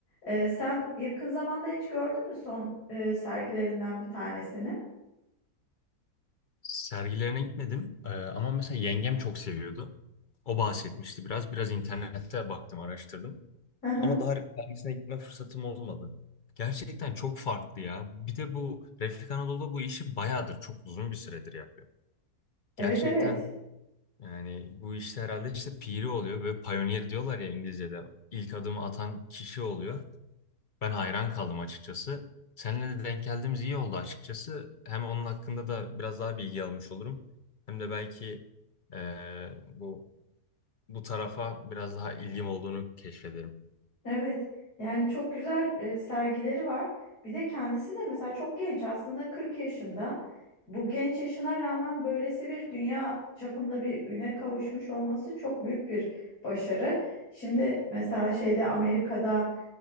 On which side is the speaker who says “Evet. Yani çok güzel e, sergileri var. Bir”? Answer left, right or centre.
Left